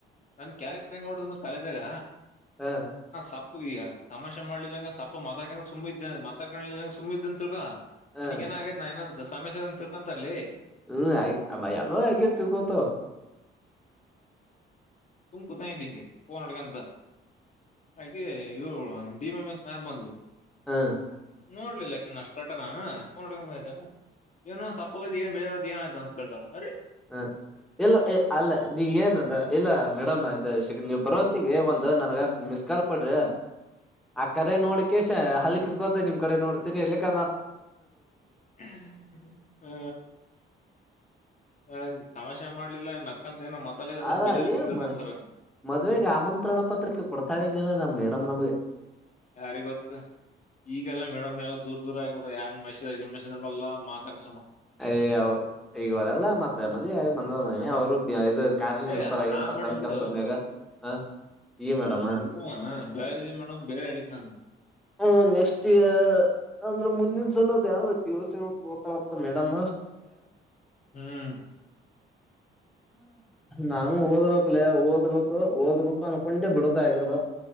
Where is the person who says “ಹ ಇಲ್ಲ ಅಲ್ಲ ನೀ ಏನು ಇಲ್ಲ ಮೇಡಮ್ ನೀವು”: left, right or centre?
Centre